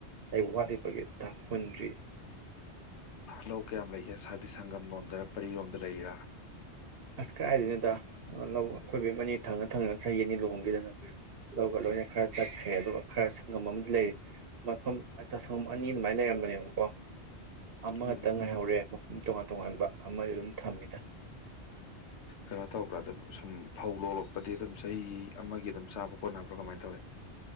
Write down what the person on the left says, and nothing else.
ꯂꯧ ꯀꯌꯥꯝ ꯂꯩꯒꯦ <unintelligible> ꯁꯪꯒꯝ ꯂꯣꯝꯗꯔ ꯄꯔꯤꯔꯣꯝꯗ ꯂꯩꯔꯤꯔꯥ
ꯎꯝ
ꯀꯩꯅꯣ ꯇꯧꯕ꯭ꯔꯥ ꯑꯗꯨꯝ ꯁꯨꯝ ꯐꯧ ꯂꯣꯂꯛꯄꯗꯤ ꯑꯗꯨꯝ ꯆꯍꯤ ꯑꯃꯒꯤ ꯑꯗꯨꯝ ꯆꯥꯕ ꯈꯣꯠꯅꯕ꯭ꯔꯥ ꯀꯃꯥꯏꯅ ꯇꯧꯋꯦ